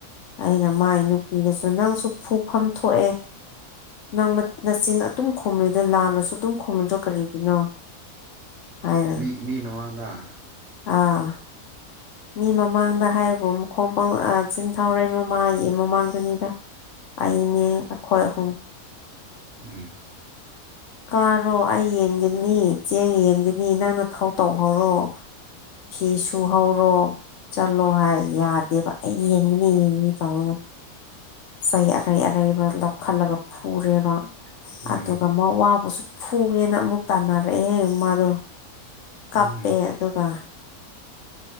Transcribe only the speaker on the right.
ꯃꯤ ꯃꯤ ꯃꯃꯥꯡꯗ
<unintelligible>
ꯎꯝ
ꯎꯝ
ꯎꯝ